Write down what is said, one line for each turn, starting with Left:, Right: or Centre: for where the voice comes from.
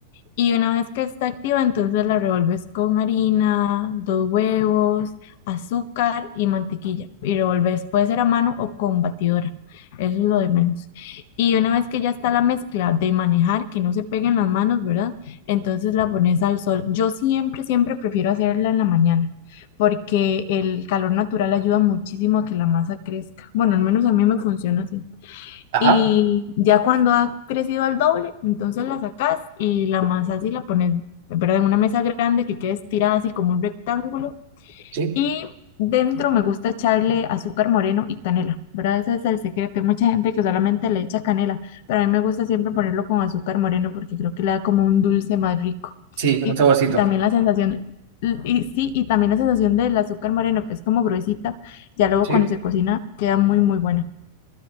Left: Y una vez que está activa, entonces la revuelves con harina, dos huevos, azúcar y mantequilla. Y revuelves, puede ser a mano o con batidora. Eso es lo de menos. Y una vez que ya está la mezcla de manejar, que no se peguen las manos, ¿verdad? Entonces la pones al sol. Yo siempre, siempre prefiero hacerla en la mañana, porque el calor natural ayuda muchísimo a que la masa crezca. Bueno, al menos a mí me funciona así.
Right: Ajá,
Left: Y ya cuando ha crecido al doble, entonces la sacas y la amasas y la pones, pero en una mesa grande que quede estirada así como un rectángulo.
Right: sí.
Left: Y dentro me gusta echarle azúcar moreno y canela, ¿verdad? Ese es el secreto. Hay mucha gente que solamente le echa canela, pero a mí me gusta siempre ponerlo con azúcar moreno porque creo que le da como un dulce más rico.
Right: Sí,
Left: Y,
Right: un saborcito.
Left: y también la sensación, y, y sí, y también la sensación del azúcar moreno, que es como gruesita, ya luego
Right: Sí.
Left: cuando se cocina queda muy, muy buena